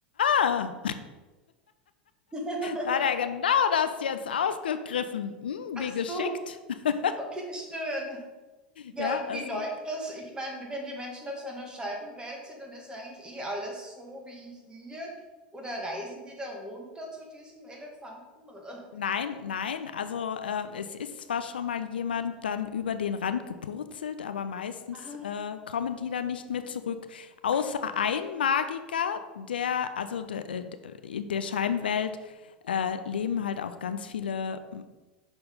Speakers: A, on the left (about 80°); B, on the right (about 15°).
A: „Ah,
B: <laughs>
A: da hat er genau das jetzt aufgegriffen. Hm,
B: Ach
A: wie
B: so,
A: geschickt.“ <laughs>
B: okay, schön. Ja,
A: Ja,
B: Ja. und
A: also
B: wie läuft das? Ich meine, wenn die Menschen auf so einer Scheibenwelt sind, dann ist eigentlich eh alles so wie hier. Oder reisen die da runter zu diesem Elefanten? Oder?
A: Nein, nein. Also, äh, es ist zwar schon mal jemand dann über den Rand gepurzelt, aber meistens,
B: Aha,
A: äh, kommen die dann nicht mehr zurück. Außer
B: ach so,
A: ein Magiker, der also, de äh, de in der Scheibenwelt, äh, leben halt auch ganz viele, hm,